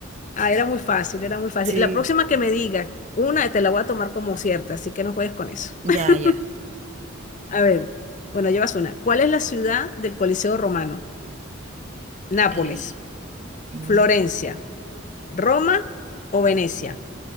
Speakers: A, on the left; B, on the right.
A: Ah, era muy fácil, era muy fácil.
B: Sí.
A: La próxima que me diga una, te la voy a tomar como cierta, así que no juegues con eso.
B: Ya,
A: <laughs>
B: ya.
A: A ver, bueno, llevas una. ¿Cuál es la ciudad del Coliseo Romano? Nápoles,
B: Eh, mm,
A: Florencia, Roma o Venecia.